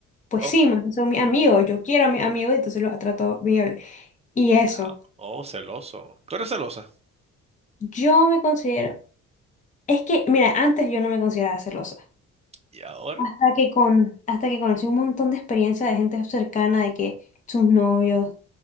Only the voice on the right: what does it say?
Ok,
ah, Oh, celoso. ¿Tú eres celosa?
¿Y ahora?